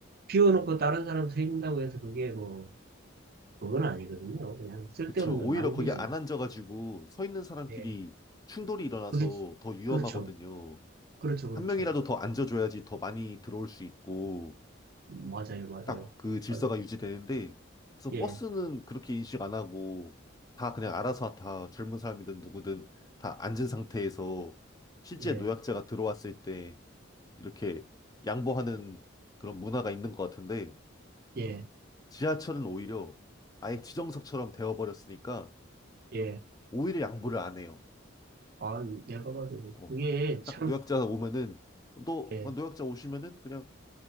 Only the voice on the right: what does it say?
비워놓고 다른 사람 쓰인다고 해서 그게 뭐, 그건 아니거든요. 그냥 쓸데없는
낭비지.
예.
그렇,
그렇죠. 그렇죠. 그렇죠.
맞아요. 맞아요.
맞아요.
예,
예,
예,
예.
아, 내가 봐도
그게 참,
예,